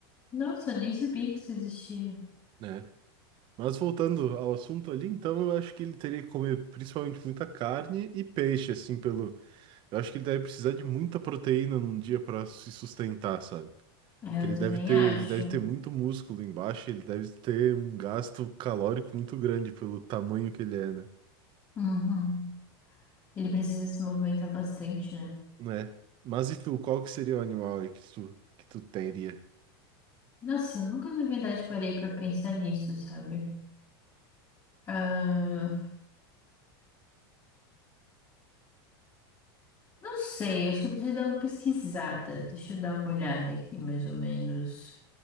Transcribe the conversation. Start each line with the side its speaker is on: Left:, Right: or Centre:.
Left: Nossa, eu nem sabia que isso existia.
Right: né? Mas voltando ao assunto ali, então eu acho que ele teria que comer principalmente muita carne e peixe, assim, pelo, Eu acho que ele deve precisar de muita proteína num dia para se sustentar, sabe?
Left: É,
Right: Que
Left: eu
Right: ele
Left: também
Right: deve ter,
Left: acho.
Right: ele deve ter muito músculo embaixo, ele deve ter um gasto calórico muito grande pelo tamanho que ele é, né?
Left: Uhum. Ele precisa se movimentar bastante, né?
Right: Não é? Mas e tu, qual que seria o animal aí que tu, que tu teria?
Left: Nossa, eu nunca na verdade parei pra pensar nisso, sabe? Ah, não sei, acho que eu preciso dar uma pesquisada. Deixa eu dar uma olhada aqui, mais ou menos.